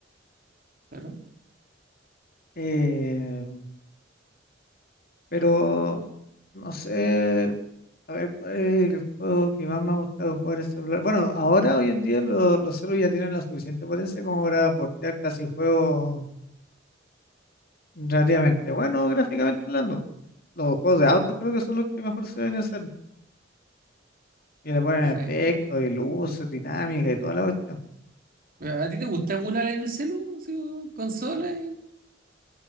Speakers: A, on the right; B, on the left.
A: pero
B: Eh, pero no sé, a ver cuál es el juego que más me ha gustado jugar en celular. Bueno, ahora hoy en día lo- los celulares ya tienen la suficiente potencia como para portear casi juegos relativamente buenos gráficamente hablando. Los juegos de auto creo que son los que mejor se ven en celu. Y le ponen
A: Sí.
B: efectos y luces, dinámica y toda la cuestión.
A: ¿A ti te gusta emular en el celu, así, o consola y-